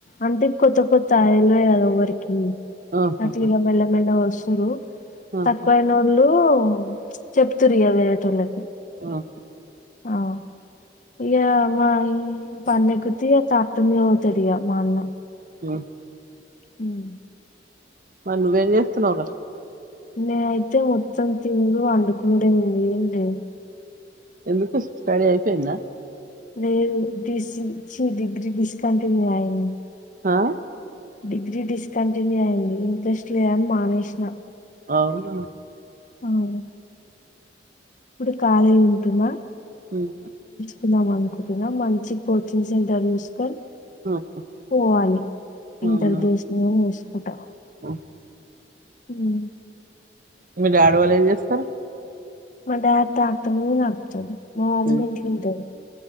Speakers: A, on the left (about 45°); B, on the right (about 50°).
A: అంటే కొత్త కొత్తయి <unintelligible>
B: ఆహాహా
A: అట్లిగా మెల్లగ్ మెల్లగ్ వస్తు చూడు
B: ఆహా
A: తకువై నోల్లు హ్మ్ చెప్తురిగా వేరేటోళ్ళకి
B: ఆహ
A: ఆ ఇగ మా ఈ హ్మ్ పాన్న కుత్త చటుమ అవుతడి మా అన్న
B: హ్మ్
A: హ్మ్
B: మరి నువ్వేం చేస్తున్నావు రా
A: నేనైతే మొత్తం తిండు పండకుండే ఇగ ఏం చేయను <unintelligible>
B: ఎందుకు పని అయిపోయిందా
A: నేను డి సి చ్చి డిగ్రీ డిస్కంటిన్యూ అయంది
B: ఆ
A: డిగ్రీ డిస్కంటిన్యూ అయింది ఇంట్రెస్ట్ లేదని మానేసిన
B: అవునా
A: అవును ఇప్పుడు కాళీగుంటున్న
B: హ్మ్
A: కుందాం అనుకుంటున్నాం మంచి కోచింగ్ సెంటర్ చూసుకొని
B: హ్మ్
A: పోవాలి ఇంతర్
B: అవునా
A: దేశనీయం మూసుకుట
B: హ్మ్
A: హ్మ్
B: మీ డాడీవాళ్ళ ఏం చేస్తారు
A: మా డాడ్ డాక్టర్ నాకు నచ్చదు మా మమ్మీ
B: హ్మ్
A: ఇంట్లో ఉంటాది